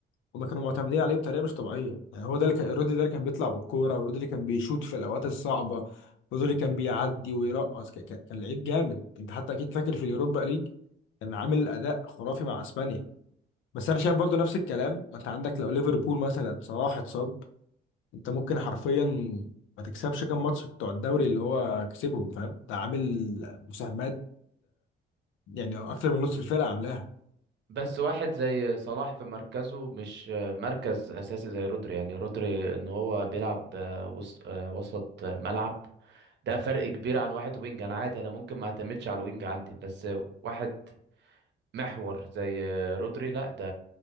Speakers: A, on the left (about 80°); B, on the right (about 60°).
A: هما كانوا معتمدين عليه بطريقة مش طبيعية يعني هو ده اللي كان رودري ده اللي كان بيطلع بالكورة ورودري اللي كان بيشوط في الاوقات الصعبة رودري اللي كان بيعدي ويرقص ك- ك- كان لعيب جامد انت حتى اكيد فاكر في اليوروبا ليج كان عامل اداء خرافي مع اسبانيا بس انا شايف برضه نفس الكلام ما انت عندك لو ليفربول مثلا صلاح اتصاب انت ممكن حرفيا ما تكسبش كام ماتش بتوع الدوري اللي هو كسبهم فاهم ده عامل مساهمات يعني اكتر من نص الفرقه عاملاها
B: بس واحد زي صلاح في مركزه مش مركز اساسي زي رودري يعني رودري ان هو بيلعب آه، وس- آه، وسط ملعب ده فرق كبير عن واحد وينج انا عادي انا ممكن ما اعتمدش على الوينج عندي بس واحد محور زي رودري لا ده